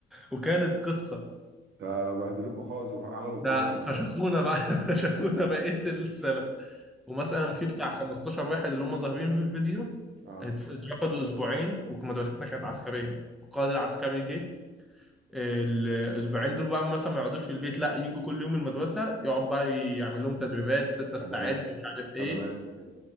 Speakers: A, in the centre; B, on the right.
A: وكانت قصه
B: ده بهدلوكوا خالص وعملوا فضيحه
A: ده
B: للمدرسه
A: فشخونا بقى <laughs> فشخونا بقيه السنه ومثلا
B: يا نهار
A: في
B: أبيض.
A: بتاع 15 واحد اللي هم ظاهرين في الفيديو
B: اه
A: اتف- اترفدوا اسبوعين ومدرستنا كانت عسكريه والقائد العسكري جه الاسبوعين دول بقى مثلا ما يقعدوش في البيت لا يجوا كل يوم المدرسه يقعد بقى يعمل لهم تدريبات ستة
B: خدمات
A: استعد مش عارف ايه
B: خدمات وكده